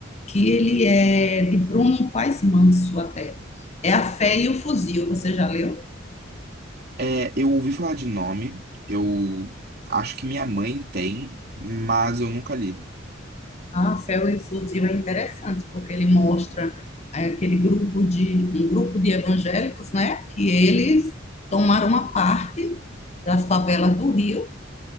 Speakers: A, on the left; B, on the right.
A: que ele é de Bruno Paes Manso até. É A Fé e o Fuzil, você já leu?
B: É, eu ouvi falar de nome, eu acho que minha mãe tem, mas eu nunca li.
A: Ah, A Fé e o Fuzil é interessante, porque ele mostra é, aquele grupo de, um grupo de evangélicos, né, que eles tomaram uma parte da favela do Rio